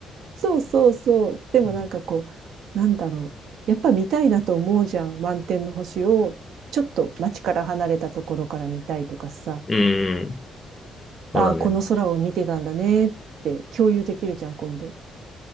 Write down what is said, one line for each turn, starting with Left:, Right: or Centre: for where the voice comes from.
Right: そうそうそう。でもなんかこう、
Left: うん。
Right: なんだろう。やっぱ見たいなと思うじゃん。満天の星を、ちょっと街から離れたところから見たいとかさ。
Left: うんそうだね。
Right: ああ、この空を見てたんだねって共有できるじゃん、今度。